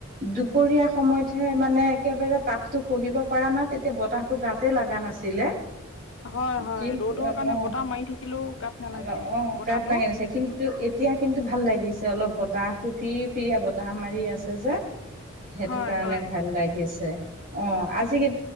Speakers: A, on the right; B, on the left.
A: দুপৰীয়া সময়তহে মানে একেবাৰে তাপতো শহিব পৰা না তেতিয়া বতাহটো গাতে লগা নাছিলে
B: হয় হয়
A: কিন্তু
B: ৰ'দৰ কাৰণে
A: অ
B: বতাহ মাৰি থাকিলেও গাত নালাগে
A: অ অ
B: বতাহটো
A: গাত লাগি নছে কিন্তু এতিয়া কিন্তু ভাল লাগিছে অলপ বতাহতটো ফিৰি ফিৰিয়ে বতাহ মাৰি আছে যে সেইটো
B: হয়
A: কাৰণে
B: হয়
A: ভাল লাগিছে অ আজি কি